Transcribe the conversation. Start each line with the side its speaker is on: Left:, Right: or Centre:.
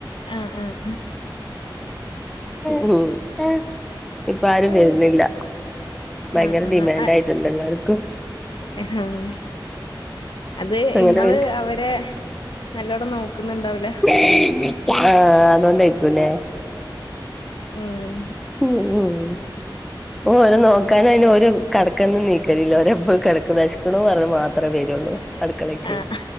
Left: ആഹ് ആഹ്
Centre: ഉം ഇപ്പ ആരും വരുന്നില്ല ഭയങ്കര
Left: ആഹ് ആഹ്
Centre: ഡിമാൻഡ് ആയിട്ടുണ്ട് എല്ലാവർക്കും
Left: ആഹ് അത്
Centre: അങ്ങനെ
Left: ഇങ്ങള്
Centre: വരും
Left: അവരെ നല്ലോണം നോക്കുന്നുണ്ടാവൂല
Centre: ആഹ് അതോണ്ടെയ്ക്കും ല്ലേ
Left: ഉം
Centre: ഉം ഉം ഓഹ് ഒരാ നോക്കാന് അയിന് ഒരു കടക്കൊന്ന് നീക്കലില്ല ഒരെപ്പോഴും കെടക്ക് വെശ്ക്കുണൂ പറഞ്ഞ് മാത്രമേ വരുള്ളൂ അടുക്കളേക്ക്
Left: ആഹ്